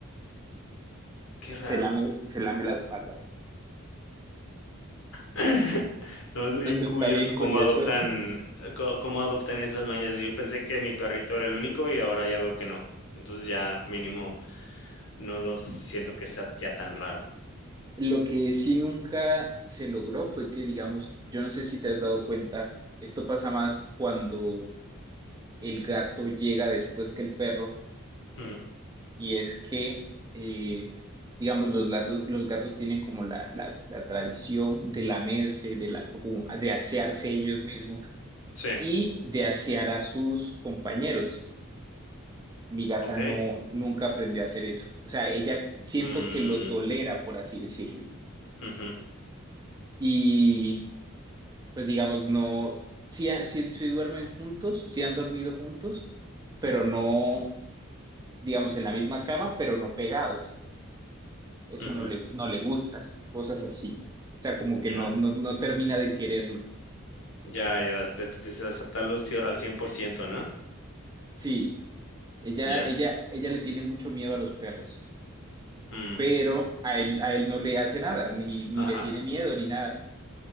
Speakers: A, on the left (about 65°); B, on the right (about 20°).
A: Qué raro.
B: se lame, se lame las patas.
A: <laughs> Se me hace
B: <laughs>
A: bien
B: Entonces
A: curioso
B: está bien curioso.
A: cómo adoptan,
B: <laughs>
A: eh, có cómo adoptan esas mañas. Yo pensé que mi perrito era el único y ahora ya veo que no. Entonces, ya mínimo no los siento que sea ya tan raro.
B: Lo que sí nunca se logró fue que, digamos, yo no sé si te has dado cuenta, esto pasa más cuando el gato llega después que el perro
A: Ujú.
B: y es que, eh, digamos, los, latos- los gatos tienen como la, la, la tradición de lamerse, de, la, como de asearse ellos mismos
A: Sí,
B: y de asear a sus compañeros. Mi gata
A: okey.
B: no, nunca aprendió a hacer eso. O sea, ella siento
A: Mm,
B: que lo tolera, por así decirlo.
A: ujú,
B: Y pues digamos, no, sí, ha- sí, sí duermen juntos, sí han dormido juntos, pero no, digamos, en la misma cama, pero no pegados. eso
A: ujú.
B: no les, no le gusta, cosas así. O sea, como
A: Ya,
B: que no, no, no termina de quererlo.
A: ya, ya, es de es de aceptarlo cie al 100%, ¿no?
B: Sí, ella,
A: Ya,
B: ella, ella le tiene mucho miedo a los perros,
A: mm,
B: pero a él, a él no le hace nada, ni, ni
A: ajá,
B: le tiene miedo, ni nada.